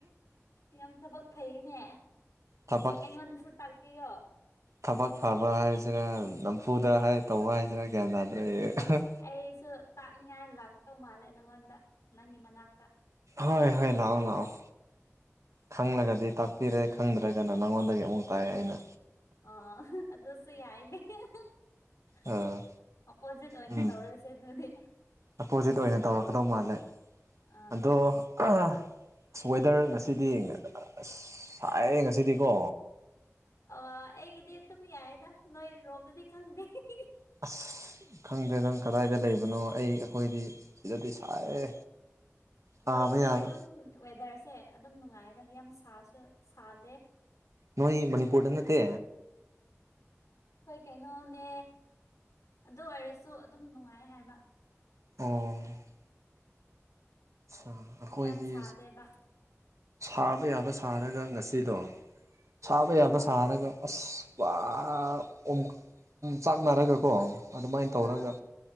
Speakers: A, on the left; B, on the right.
A: ꯌꯥꯝ ꯊꯕꯛ ꯐꯩꯅꯦ
B: ꯊꯕꯛ
A: ꯑꯩꯉꯣꯟꯗꯁꯨ ꯇꯥꯛꯄꯤꯌꯣ
B: ꯊꯕꯛ ꯐꯕ ꯍꯥꯏꯁꯤꯅ ꯅꯝꯐꯨꯗ ꯍꯥꯏ ꯇꯧꯕ ꯍꯥꯏꯁꯤꯔ ꯒ꯭ꯌꯥꯟ ꯇꯥꯗ꯭ꯔꯦ ꯑꯩ <unintelligible>
A: ꯑꯩꯁꯨ ꯇꯥꯛꯅꯤꯡꯉꯥꯏ ꯂꯥꯛꯇꯧ ꯃꯥꯜꯂꯦ ꯅꯪꯉꯣꯟꯗ ꯅꯪꯒꯤ ꯃꯅꯥꯛꯇ
B: ꯍꯣꯏ ꯍꯣꯏ ꯂꯥꯛꯑꯣ ꯂꯥꯛꯑꯣ ꯈꯪꯂꯒꯗꯤ ꯇꯥꯛꯄꯤꯔꯦ ꯈꯪꯗ꯭ꯔꯒꯅ ꯅꯪꯉꯣꯟꯗꯒꯤ ꯑꯃꯨꯛ ꯇꯥꯛꯑꯦ ꯑꯩꯅ
A: ꯑ ꯑꯗꯨꯁꯨ ꯌꯥꯏꯅꯦ <unintelligible>
B: ꯑꯥ
A: ꯑꯣꯄꯣꯖꯤꯠ ꯑꯣꯏꯅ
B: ꯎꯝ
A: ꯇꯧꯔꯁꯦ ꯑꯗꯨꯗꯤ
B: ꯑꯄꯣꯖꯤꯠ ꯑꯣꯏꯅ ꯇꯧꯔꯛꯀꯗꯧ ꯃꯥꯜꯂꯦ
A: ꯑꯥ
B: ꯑꯗꯣ ꯑꯁ ꯋꯦꯗꯔ ꯉꯁꯤꯗꯤ ꯑꯁ ꯁꯥꯏꯌꯦ ꯉꯁꯤꯗꯤꯀꯣ
A: <unintelligible> ꯑꯩꯒꯤꯗꯤ ꯑꯗꯨꯝ ꯌꯥꯏꯗ ꯅꯣꯏ ꯂꯣꯝꯗꯗꯤ ꯈꯪꯗꯦ <unintelligible>
B: <unintelligible> ꯈꯪꯗꯦ ꯅꯪ ꯀꯗꯥꯏꯗ ꯂꯩꯕꯅꯣ ꯑꯩ ꯑꯩꯈꯣꯏꯗꯤ ꯁꯤꯗꯗꯤ ꯁꯥꯏꯌꯦ ꯁꯥꯕ
A: ꯑꯈꯣꯏꯗꯗꯤ
B: ꯌꯥꯕ
A: ꯑꯗꯨꯝ ꯋꯦꯗꯔꯁꯦ ꯑꯗꯨꯝ ꯅꯨꯡꯉꯥꯏꯌꯦꯗ ꯌꯥꯝ ꯁꯥꯁꯨ ꯁꯥꯗꯦ
B: ꯅꯣꯏ
A: ꯑꯗꯨꯝ
B: ꯃꯅꯤꯄꯨꯔꯗ ꯅꯠꯇꯦ
A: ꯍꫭꯏ ꯀꯩꯅꯣꯅꯦ ꯑꯗꯨ ꯑꯣꯏꯔꯁꯨ ꯑꯗꯨꯝ ꯅꯨꯡꯉꯥꯏ ꯍꯥꯏꯕ
B: ꯑꯣ ꯁꯨꯝ ꯑꯈꯣꯏꯗꯤ
A: ꯌꯥꯝ ꯁꯥꯗꯦꯕ
B: ꯁꯥꯕ ꯌꯥꯕ ꯁꯥꯔꯒ ꯉꯁꯤꯗꯣ ꯁꯥꯕ ꯌꯥꯕ
A: ꯑꯥ
B: ꯁꯥꯔꯒ ꯑꯁ‌ ꯄꯥ ꯑꫭꯝ ꯑꫭꯝꯆꯥꯛꯅꯔꯒꯀꯣ <unintelligible> ꯑꯗꯨꯝꯃꯥꯏ ꯇꯧꯔꯒ
A: ꯑꯥ